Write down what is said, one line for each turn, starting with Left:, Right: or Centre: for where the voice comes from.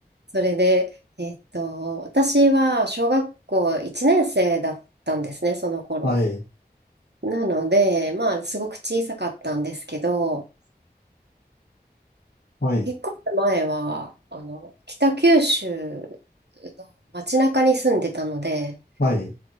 Right: それで、えっと、私は小学校1年生だったんですね、その頃。
Left: はい、
Right: なので、まあ、すごく小さかったんですけど、
Left: はい、
Right: 引っ越す前は、あの、北九州の街中に住んでたので、
Left: はい、